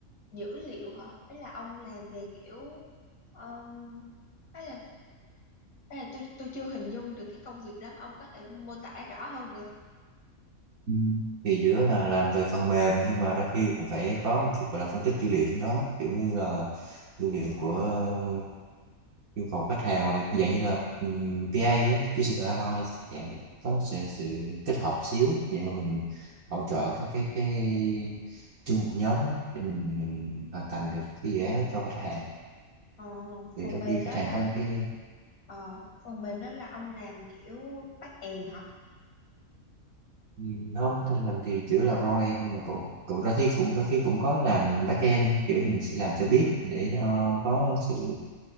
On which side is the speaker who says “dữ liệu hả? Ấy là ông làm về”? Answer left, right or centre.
Left